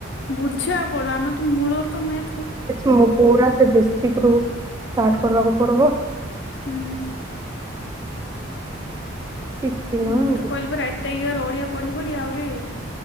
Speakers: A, on the left (about 55°); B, on the right (about 15°).
A: ବୁଝିବାକୁ ପଡିବ ଆମର ତ ମୂଳ ତ ମ
B: ମ ପୁରା ସେ ଦେଶୀ ରୁ ଷ୍ଟାର୍ଟ କରିବାକୁ ପଡିବ।
A: ହୁଁ।
B: କିଛି ନାହିଁ
A: ମୁଁ ତ କହିଲି ପରା ଏତେ ଇୟଅର ଓଡିଆ ପଢି ପଢି ଆହୁରି